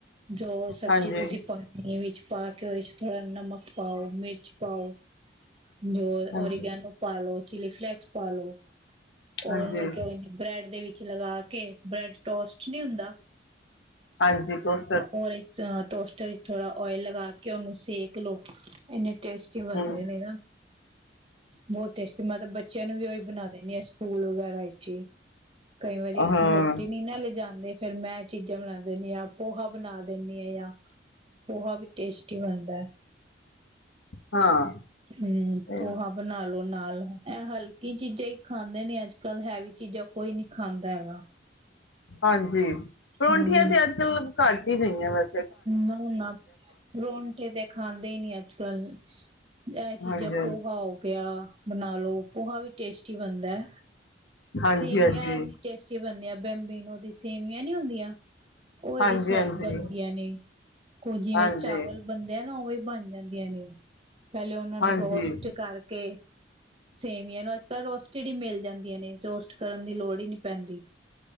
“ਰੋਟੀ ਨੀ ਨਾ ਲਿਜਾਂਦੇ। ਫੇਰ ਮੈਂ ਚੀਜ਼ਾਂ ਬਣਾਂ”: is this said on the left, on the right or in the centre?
Right